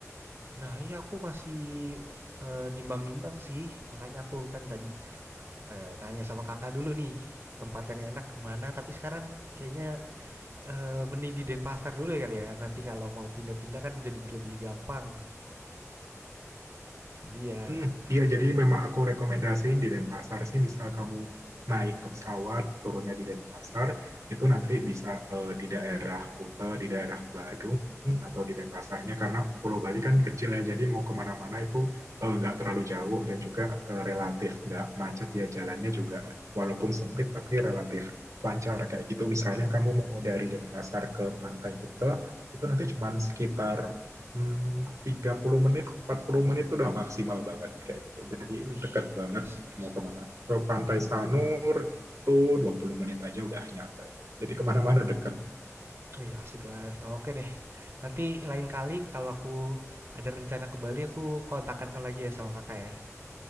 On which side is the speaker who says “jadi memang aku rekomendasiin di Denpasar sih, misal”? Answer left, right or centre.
Right